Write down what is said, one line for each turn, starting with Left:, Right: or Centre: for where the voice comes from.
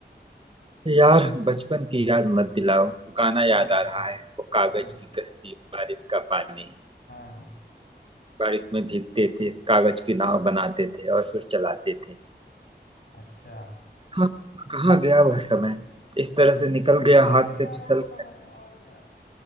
Right: यार बचपन की याद मत दिलाओ वो गाना
Left: हम्म
Right: याद आ रहा है वो कागज
Left: हाँ।
Right: की कश्ती बारिश का पानी
Left: हाँ
Right: बारिश में भीगते थे कागज की नाव बनाते थे और फिर चलाते थे
Left: अच्छा
Right: हाँ कहाँ गया वह समय इस तरह से निकल गया
Left: बीत
Right: हाथ
Left: गया
Right: से फिसल
Left: वो
Right: गया
Left: समय और क्या